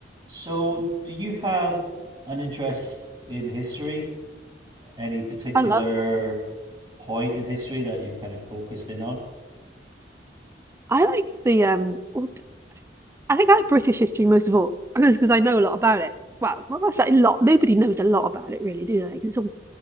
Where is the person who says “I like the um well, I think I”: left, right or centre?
Right